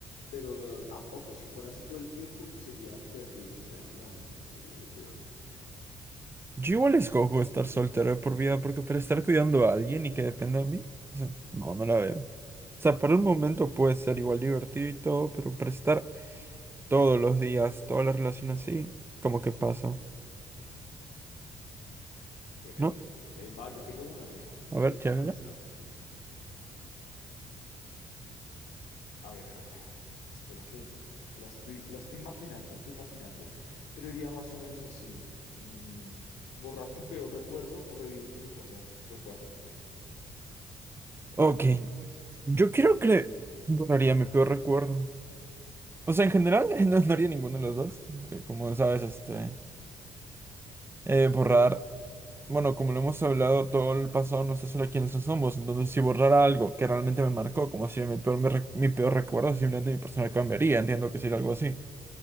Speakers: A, on the left; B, on the right.
A: pero tampoco, si fuera así todo el tiempo sería terrible, o sea, no, no, no sería lo peor.
B: Yo igual escojo estar soltero de por vida porque para estar cuidando a alguien y que dependa de mí, o sea, no, no la veo. O sea, por un momento puede ser igual divertido y todo, pero para estar todos los días, toda la relación así, como que pasa.
A: Ok,
B: ¿No?
A: ok, va, yo tengo una, mira,
B: A ver,
A: fíjate
B: charla.
A: qué tal está. A ver, a ver. Espera que la estoy, la estoy maquinando, la estoy maquinando. Pero iría más o menos así. Mm, borrar tu peor recuerdo o revivir tu mejor mo- recuerdo.
B: Ok. Yo quiero que borraría mi peor recuerdo. O sea, en general, <laughs> no, no haría ninguno de los dos. porque Como sabes, este. eh, borrar. Bueno, como lo hemos hablado, todo el pasado nos hace lo quienes somos. Entonces, si borrara algo que realmente me marcó, como si mi peor, me re- mi peor recuerdo, simplemente mi persona cambiaría. Entiendo que sería algo así.